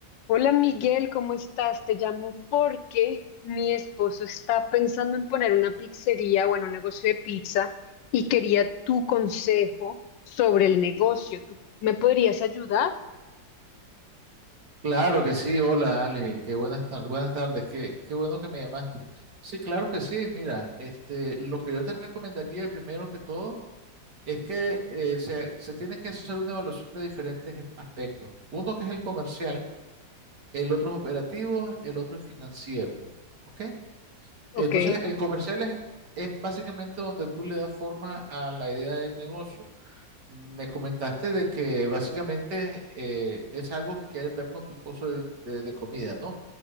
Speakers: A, on the left; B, on the right.
A: Hola Miguel, ¿cómo estás? Te llamo porque mi esposo está pensando en poner una pizzería, bueno, un negocio de pizza y quería tu consejo sobre el negocio. ¿Tú me podrías ayudar?
B: Claro que sí, hola Ale, qué buenas, tar- buenas tardes, qué, qué bueno que me llamaste. Sí, claro que sí, mira, este, lo que yo te recomendaría primero que todo es que eh, se, se tiene que hacer una evaluación de diferentes aspectos. Uno que es el comercial, el otro es operativo, el otro es financiero, ¿ok?
A: Ok,
B: Entonces, el comercial es, es básicamente donde tú le das forma a la idea del negocio. Me comentaste de que básicamente eh, es algo que quieres ver con tu esposo de de- de comida, ¿no?